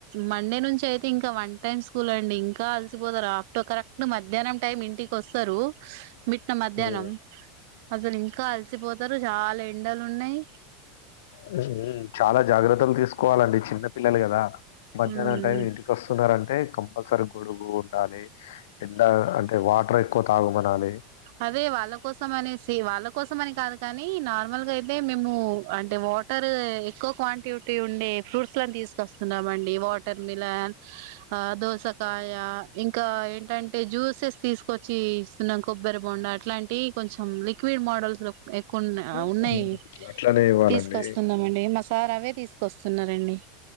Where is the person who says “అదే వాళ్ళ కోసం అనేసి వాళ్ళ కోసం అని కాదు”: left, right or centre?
Right